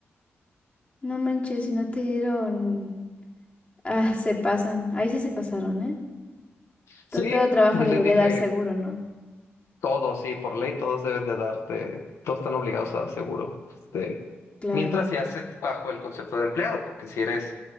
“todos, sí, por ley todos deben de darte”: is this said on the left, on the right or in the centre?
Left